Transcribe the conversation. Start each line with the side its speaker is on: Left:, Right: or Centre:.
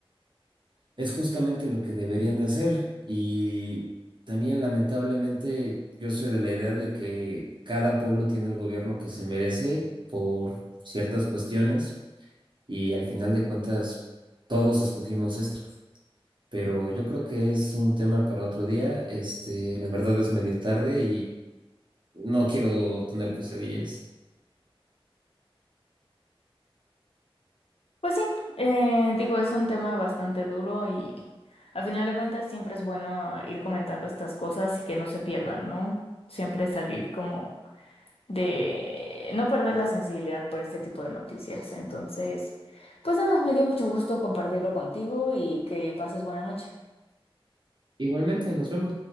Right: Es justamente lo que deberían de hacer y también lamentablemente yo soy de la idea de que cada pueblo tiene el gobierno que se merece por ciertas cuestiones y al final de cuentas todos escogimos esto, pero yo creo que es un tema para otro día, este, la verdad es medio tarde y no quiero tener pesadillas.
Left: Pues sí, eh, digo, es un tema bastante duro y a final de cuentas siempre es bueno ir comentando estas cosas y que no se pierdan, ¿no? Siempre salir como de no perder la sensibilidad por este tipo de noticias. Entonces, pues nada, me dio mucho gusto compartirlo contigo y que pases buena noche.
Right: Igualmente, nos vemos.